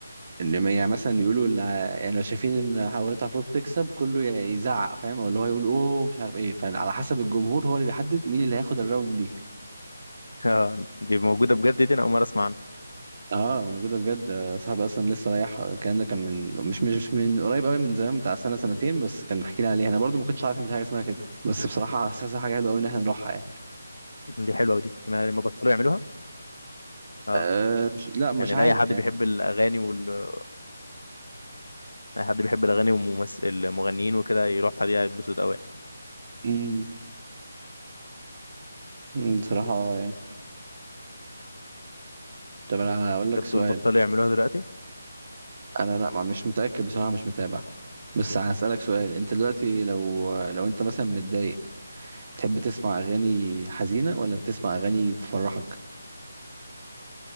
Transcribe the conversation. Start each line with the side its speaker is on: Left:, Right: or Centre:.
Right: ان ما- يعني مثلا يقولوا ال- يعني لو شايفين ان اغنيه عفروتو تكسب كله ي- يزعق فاهم او اللي هو يقول اوه مش عارف ايه فعلى حسب الجمهور هو اللي بيحدد مين اللي هياخد الراوند دي
Left: اه دي موجوده بجد دي انا اول مره اسمع عنها
Right: اه موجوده بجد آه، صاحبي اصلا لسه رايح الكلام ده كان من مش مش مش من قريب قوي من زمان بتاع سنه سنتين بس كان حكينا عليها انا برضو ما كنتش عارف ان في حاجه اسمها كده بس بصراحه حاسسها حاجه حلوه قوي ان احنا نروحها يعني
Left: دي حلوه ودي انا لما بطلوا يعملوها اه
Right: أه مش لا مش
Left: يعني
Right: عارف
Left: لاي حد
Right: يعني
Left: بيحب الاغاني وال... اي حد بيحب الاغاني والممثل المغنيين وكده يروح دي هيتبسط قوي يعني.
Right: مم، مم، بصراحة اه يعني طب انا هقول
Left: انت
Right: لك
Left: بتقول
Right: سؤال
Left: بطلوا يعملوها دلوقتي
Right: انا لا ما- مش متأكد بصراحة مش متابع بس هسألك سؤال انت دلوقتي لو لو
Left: آه.
Right: انت مثلا متضايق بتحب تسمع اغاني حزينة ولا بتسمع اغاني تفرحك